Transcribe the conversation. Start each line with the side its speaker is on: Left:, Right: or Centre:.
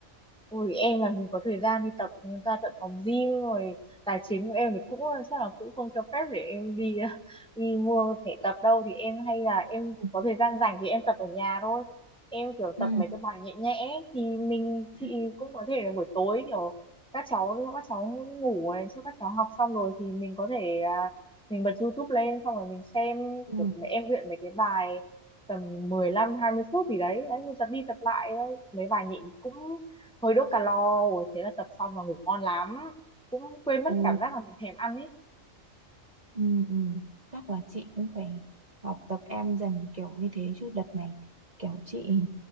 Centre: Ôi em làm gì có thời gian đi tập ra tận phòng gym rồi tài chính của em thì cũng chắc là cũng không cho phép để em đi <laughs> đi mua thẻ tập đâu thì em hay là em
Right: Ừ.
Centre: có thời gian rảnh thì em tập ở nhà thôi em kiểu
Right: Ừ.
Centre: tập mấy cái bài nhẹ nhẽ ấy, thì mình
Right: Ừ.
Centre: chị cũng có thể là buổi tối kiểu các cháu các cháu ngủ này, trước các cháu học xong rồi thì mình có thể à, mình bật YouTube lên xong rồi mình xem
Right: Ừ.
Centre: kiểu mấy em luyện mấy cái bài tầm mười lăm hai mươi phút gì đấy, đấy mình tập đi tập lại thôi mấy bài nhịn cũng hơi đốt calo rồi thế là tập xong là ngủ ngon lắm cũng quên mất
Right: Ồ.
Centre: cảm giác là mình thèm ăn ấy
Right: Ừ, ừ. Chắc là chị cũng phải học tập em dần kiểu như thế chứ đợt này kiểu chị